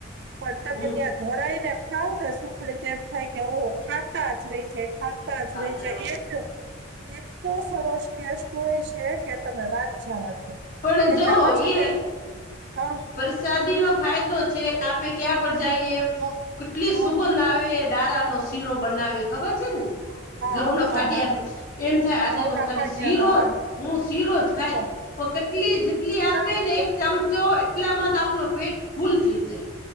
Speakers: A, on the right; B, on the left.
A: પણ
B: હમ
A: તમે ત્યાં ધરાઈ ને ખાવ ને સુખડી તો એમ થાય કે ઓહો ખાતા જ રહી. જાય, ખાતા રહી
B: જ
A: જાય
B: રહો
A: <unintelligible> એટલો સરસ ટેસ્ટ હોય છે કે તમે વાત જાવા દયો.
B: પણ
A: એટલે
B: જો
A: આમાં છે
B: એ
A: ને <unintelligible>
B: પ્રસાદી નો ફાયદો છે. આપે ક્યાં પણ જાઈએ,
A: હા
B: કેટલી
A: હા
B: સુગંધ
A: હા
B: આવે ડારા નો શીરો બનાવે. ખબર છે ને?
A: હા
B: ઘઉં ના
A: હા
B: ફાડિયા
A: હા
B: નો. એમ થાય આજે
A: ચૌદ
B: તો
A: અઠવાડિયાનો
B: ખાલી શીરો
A: હા
B: જ હું શીરો જ ખાઈ,
A: તો
B: પણ કેટલી જેટલી
A: બીજું કઈ
B: આપે ને
A: ખાવું
B: એક ચમ
A: નથી
B: ચો એટલામાં તો આપનો પેટ ફૂલ થઈ જાય.